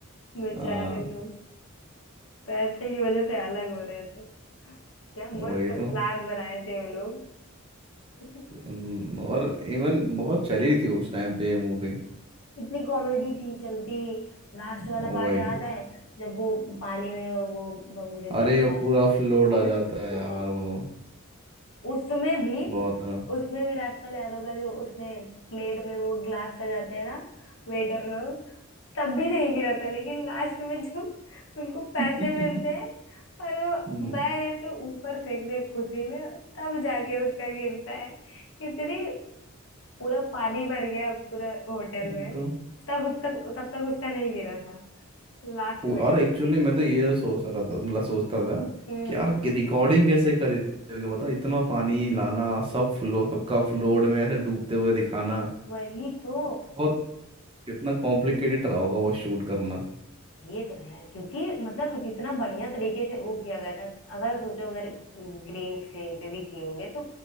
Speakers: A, on the left; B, on the right.
A: बेचारे
B: हाँ
A: लोग पैसे की वजह से अलग हो रहे थे क्या मस्त
B: वही तो
A: प्लान बनाए थे वो लोग <laughs>
B: हम्म, और इवन बहुत चली थी उस टाइम पे ये मूवी
A: इतनी कॉमेडी थी चलती लास्ट वाला
B: वही
A: पार्ट याद है जब वो पानी में वो बम गिर
B: अरे
A: जाता
B: वो पूरा फ्लोट
A: है
B: आ जाता
A: <laughs>
B: है यार वो
A: उसमें भी
B: बहुत हाँ।
A: उसमें भी राजपाल यादव का जो उसने प्लेट में वो ग्लास सजाते हैं ना वेटर लोग तब भी नहीं गिरा था लेकिन लास्ट में जब उनको पैसे
B: <laughs>
A: मिलते हैं और वो
B: हम्म
A: बैग ऐसे ऊपर फेंकते हैं खुशी में तब जाके उसका गिरता है इतनी पूरा पानी भर गया पूरा होटल
B: वो
A: में
B: तो
A: तब तब तब तक उसका नहीं गिरा था लास्ट
B: पू-
A: में
B: और एक्चुअली मैं तो ये सोच रहा था मतलब सोचता था
A: हम्म
B: कि यार रिकॉर्डिंग कैसे करेंगे बताओ इतना पानी लाना सब फ्लो सबका फ्लोड में ऐसे डूबते हुए दिखाना
A: वही तो
B: बहुत कितना कॉम्प्लिकेटेड रहा होगा वो शूट करना
A: ये तो है क्योंकि मतलब कितना बढ़िया तरीके से वो किया गया था अगर सोचो अगर ग्रीन स्क्रीन पे भी किए होंगे तो